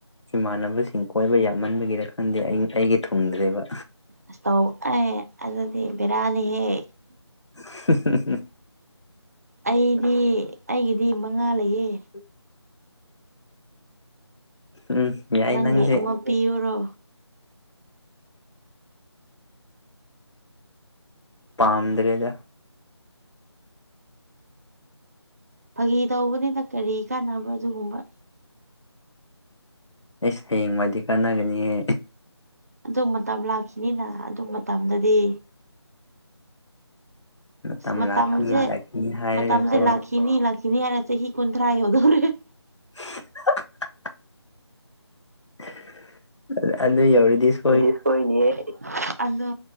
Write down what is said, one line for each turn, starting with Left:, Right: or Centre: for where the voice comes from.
Left: ꯏꯃꯥꯟꯅꯕꯁꯤꯡ ꯀꯣꯏꯕ ꯌꯥꯝꯃꯟꯕꯒꯤꯔ ꯈꯪꯗꯦ ꯑꯩ ꯑꯩꯒꯤ ꯊꯨꯡꯗ꯭ꯔꯦꯕ
Right: ꯏꯁꯇꯧ ꯑꯦ ꯑꯗꯨꯗꯤ ꯕꯦꯔꯅꯤꯍꯦ
Left: <unintelligible>
Right: ꯑꯩꯗꯤ ꯑꯩꯒꯤꯗꯤ ꯃꯉꯥ ꯂꯩꯌꯦ
Left: <inaudible> ꯎꯝ ꯌꯥꯏ
Right: ꯅꯪꯒꯤ
Left: ꯅꯪꯁꯦ
Right: ꯑꯃ ꯄꯤꯌꯨꯔꯣ
Left: ꯄꯥꯝꯗ꯭ꯔꯦꯗ
Right: ꯐꯥꯒꯤ ꯇꯧꯕꯅꯤꯕ ꯀꯔꯤ ꯀꯥꯟꯅꯕ ꯑꯗꯨꯒꯨꯝꯕ
Left: ꯑꯩꯁ ꯍꯌꯦꯡꯋꯥꯏꯗꯤ ꯀꯥꯟꯅꯒꯅꯤꯍꯦ
Right: ꯑꯗꯨ ꯃꯇꯝ ꯂꯥꯛꯈꯤꯅꯤꯅ ꯑꯗꯨ ꯃꯇꯝꯗꯗꯤ
Left: ꯃꯇꯝ
Right: ꯃꯇꯝꯖꯦ
Left: ꯂꯥꯛꯈꯤꯅꯤ ꯂꯥꯛꯈꯤꯅꯤ ꯍꯥꯏꯔꯒꯀꯣ
Right: ꯃꯇꯝꯖꯦ ꯂꯥꯛꯈꯤꯅꯤ ꯂꯥꯛꯈꯤꯅꯤ ꯍꯥꯏꯔ ꯆꯍꯤ ꯀꯨꯟꯊ꯭ꯔꯥ ꯌꯧꯗꯧꯔꯦ
Left: <unintelligible> <unintelligible>
Right: ꯑꯗꯨꯗꯤ ꯁꯣꯏꯅꯤꯍꯦ ꯑꯗꯣ